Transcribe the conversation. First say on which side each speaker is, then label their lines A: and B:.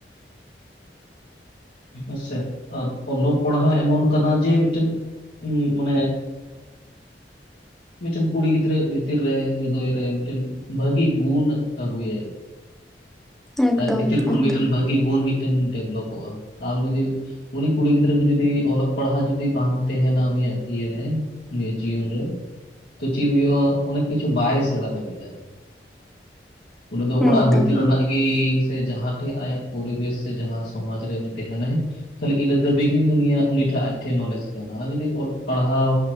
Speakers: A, in the centre; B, on the left (about 65°).
A: <inaudible>
B: ᱦᱮᱸᱥᱮ ᱟᱨ ᱚᱞᱚᱜ ᱯᱟᱲᱦᱟᱜ ᱮᱢᱚᱱ ᱠᱟᱱᱟ ᱡᱮ ᱢᱤᱫᱴᱮᱱ ᱦ ᱢᱟᱱᱮ ᱢᱤᱫᱴᱮᱱ ᱠᱩᱲᱤ ᱜᱤᱫᱽᱨᱟᱹ ᱵᱷᱤᱛᱤᱨ ᱨᱮ ᱦᱨᱫᱚᱭ ᱨᱮ ᱢᱤᱫᱴᱮᱱ ᱵᱷᱟᱹᱜᱤ ᱜᱩᱱ ᱟᱹᱜᱩᱭᱟᱭ
A: <inaudible> ᱮᱠᱫᱚᱢ
B: ᱵᱷᱤᱛᱤᱨ ᱠᱷᱚᱱ
A: ᱮᱠᱫᱚᱢ
B: ᱢᱤᱫᱴᱮᱱ ᱵᱷᱟᱹᱜᱤ ᱢᱤᱫᱴᱮᱱ ᱰᱮᱵᱷᱞᱚᱯᱚᱜᱼᱟ ᱟᱨ ᱡᱩᱫᱤ ᱩᱱᱤ ᱠᱩᱲᱤ ᱜᱤᱫᱽᱨᱟᱹ ᱠᱚ ᱡᱩᱫᱤ ᱚᱞᱚᱜ ᱯᱟᱲᱦᱟᱜ ᱡᱩᱫᱤ ᱵᱟᱝ ᱛᱟᱦᱮᱸᱱᱟ ᱩᱱᱤᱭᱟᱜ ᱤᱭᱟᱨᱮ ᱩᱱᱤᱭᱟᱜ ᱡᱤᱩᱟᱜ ᱨᱮ ᱛᱚ ᱪᱮᱫ ᱦᱩᱭᱩᱜᱼᱟ ᱚᱱᱮᱠ ᱠᱤᱪᱷᱩ ᱵᱟᱭ ᱥᱮᱬᱟ ᱫᱟᱲᱮᱭᱟᱜᱼᱟ
A: <inaudible>
B: ᱩᱱᱤ ᱫᱚ ᱚᱲᱟᱜ
A: ᱮᱠᱫᱚᱢ
B: ᱵᱷᱤᱛᱤᱨ ᱨᱮᱱᱟᱜ ᱜᱮᱤ ᱥᱮ ᱡᱟᱦᱟᱸ ᱴᱷᱮᱡ ᱟᱭᱟᱜ ᱯᱚᱨᱤᱵᱮᱥ ᱥᱮ ᱡᱟᱦᱟᱸ ᱥᱚᱢᱟᱡᱽ ᱨᱮ ᱩᱱᱤ ᱯᱚᱨᱤᱵᱣᱥ ᱥᱮ ᱢᱟᱦᱟᱸ ᱥᱚᱢᱟᱡ ᱨᱮ ᱩᱱᱤ ᱛᱟᱦᱮᱸᱱᱟᱭ ᱠᱷᱟᱞᱤ ᱤᱱᱟ ᱫᱷᱟᱹᱵᱤᱡ ᱜᱮ ᱩᱱᱤᱭᱟᱜ ᱩᱱᱤ ᱴᱷᱮᱱ ᱟᱡ ᱴᱷᱮᱱ ᱱᱚᱞᱮᱡᱽ ᱛᱟᱦᱮᱱᱟ ᱛᱟᱦᱮᱸᱱᱟ ᱡᱩᱫᱤ ᱚᱞ ᱯᱟᱲᱦᱟᱣ